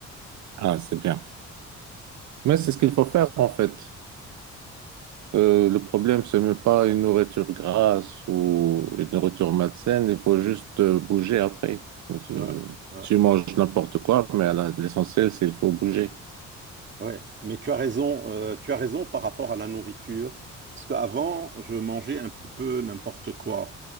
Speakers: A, on the right; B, on the right.
A: Ah, c'est bien. Mais c'est ce qu'il faut faire, en fait. Euh, le problème, c'est même pas une nourriture grasse ou une nourriture malsaine, il faut juste euh, bouger après. Tu,
B: Ouais, ouais,
A: tu manges n'importe quoi, mais à la- l'essentiel, c'est qu'il faut bouger.
B: ouais. Mais tu as raison, euh, tu as raison par rapport à la nourriture. Parce qu'avant, je mangeais un petit peu n'importe quoi.